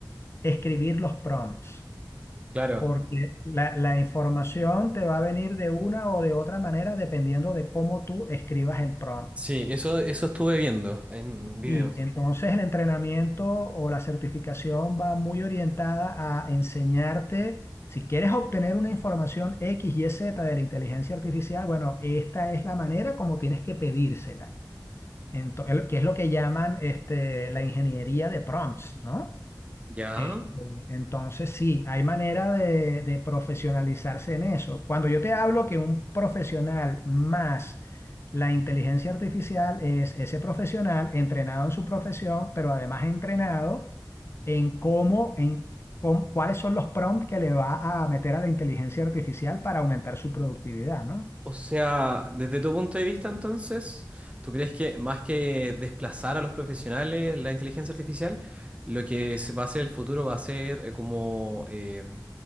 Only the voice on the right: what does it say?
Claro,
sí, eso, eso estuve viendo en videos.
¿Ya?
O sea, desde tu punto de vista, entonces, ¿tú crees que más que desplazar a los profesionales la inteligencia artificial, lo que se va a ser el futuro va a ser eh, como, eh,